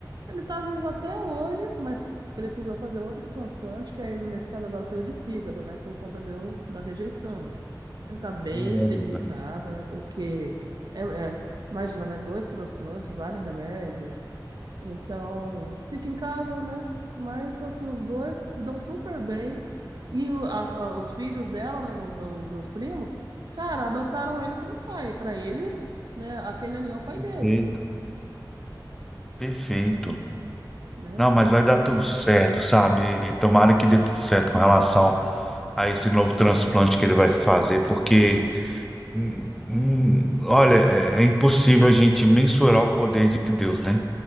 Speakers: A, on the right (about 60°); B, in the centre.
A: Ele tá vivo até hoje, mas precisou fazer outro transplante, que aí nesse caso agora foi o de fígado, né? Por conta do, da rejeição. Ele tá bem
B: remédios,
A: debilitado,
B: né?
A: né? Porque, é, é, imagina, né? Dois transplantes, vários remédios. Então, fica em casa, né? Mas, assim, os dois se dão super bem. E o- a- a- os filhos dela, né? o- Meus, meus primos, cara, adotaram ele como pai. Pra eles, né? Aquele ali é o pai deles,
B: Perfeito. Perfeito.
A: né?
B: Não, mas vai dar tudo certo, sabe? Tomara que dê tudo certo com relação a esse novo transplante que ele vai fazer, porque Hum, hum, Olha, é, é impossível a gente mensurar o poder de Deus, né?